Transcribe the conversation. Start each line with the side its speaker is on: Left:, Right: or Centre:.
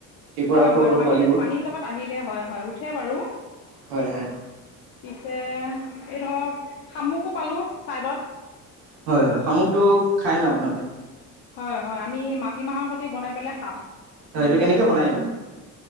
Right: কেঁকোৰাৰ
Left: হয়
Right: সৰু
Left: হয়
Right: সৰু
Left: পানী
Right: পোৱালিবোৰ
Left: পানীৰ লগত আহিলে হয় হয় উঠে বাৰু।
Right: হয় হয়
Left: পিছে এই ধৰক খামুকো পালো চাইডত।
Right: হয় হয়। শামুকটো খাই ন আপোনালোকে?
Left: হয় হয়। আমি মাটিমাহৰ সতি বনাই পেলাই খাওঁ।
Right: হয় এইটো কেনেকে বনাই এইটো?